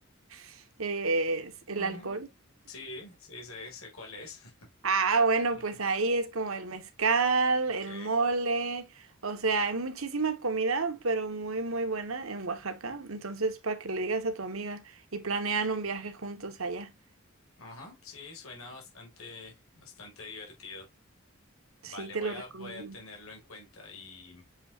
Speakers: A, on the right (about 80°); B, on the left (about 85°).
A: <laughs> eh, el
B: Mm.
A: alcohol.
B: Sí, sí, sé, sé cuál es.
A: Ah,
B: <laughs>
A: bueno,
B: Ujú.
A: pues ahí es como el mezcal,
B: Ok.
A: el mole, o sea, hay muchísima comida, pero muy, muy buena en Oaxaca. Entonces, para que le digas a tu amiga y planean un viaje juntos allá.
B: Ajá. Sí, suena bastante, bastante divertido.
A: Sí,
B: Vale,
A: te
B: voy
A: lo
B: a,
A: recomiendo.
B: voy a tenerlo en cuenta y,